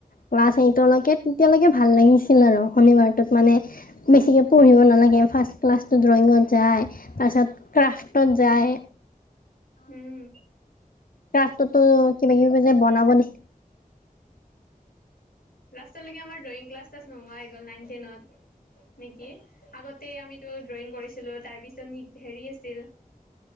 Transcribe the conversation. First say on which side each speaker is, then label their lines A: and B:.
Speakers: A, on the left; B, on the left.
A: ক্লাছ এইটৰলৈকে তেতিয়ালৈকে ভাল লাগিছিল আৰু শনিবাৰটোত মানে বেছিকে পঢ়িব নালাগে, ফাৰ্ষ্ট ক্লাছটো ড্ৰয়িঙত যায়, তাৰপিছত ক্ৰাফটত যায়।
B: উম।
A: ক্ৰাফটোতো কিবা কিবি যে বনাব দিয়ে।
B: লাষ্টলৈকে আমাৰ ড্ৰয়িং ক্লাছ চাছ নোহোৱা হৈ গ'ল, নাইন টেনত নেকি? আগতে আমিতো ড্ৰয়িং কৰিছিলোঁ তাৰ পিছত নিট সেৰি আছিল